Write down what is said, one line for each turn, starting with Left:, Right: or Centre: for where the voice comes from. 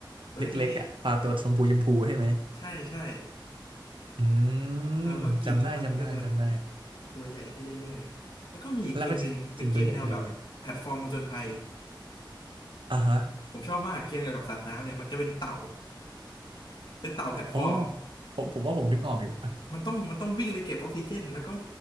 Left: ตัวเล็กๆอัน
Right: เล็กๆอ่ะปลาตัวชมพูชมพูใช่ไหม
Left: ใช่ใช่
Right: อืม
Left: เราก็กินแล้วมันก็จะ
Right: จำได้จำได้จำได้
Left: ตัวใหญ่ขึ้นเรื่อยๆแล้วก็มีอีกเกมหนึ่งเป็นเกมแนวแบบแพลตฟอร์มผจญภัย
Right: แล้วก็กินตัวใหญ่ขึ้นเรื่อยๆอ่าฮะ
Left: ผมชอบมากเกมเกี่ยวกับสัตว์น้ำเนี่ยมันจะเป็นเต่าเป็นเต่าแพลตฟอร์ม
Right: อ๋อผมผมว่าผมนึกออกอยู่
Left: มันต้องมันต้องวิ่งไปเก็บออกซิเจนแล้วก็